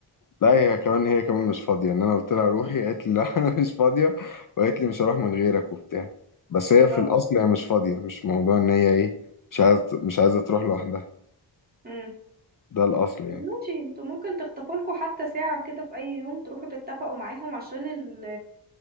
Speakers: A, on the left; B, on the right.
A: لا هي كمان هي كمان مش فاضية إن أنا قلت لها روحي قالت لي لا <laughs> أنا مش فاضية وقالت لي مش هروح من غيرك وبتاع بس هي في
B: اه
A: الأصل هي مش فاضية مش موضوع إن هي إيه مش عايزة مش عايزة تروح لوحدها
B: امم
A: ده الأصل يعني
B: طب ماشي انتوا ممكن تخطفوا لكم حتى ساعة كده في اي يوم تروحوا تتفقوا معاهم عشان ال-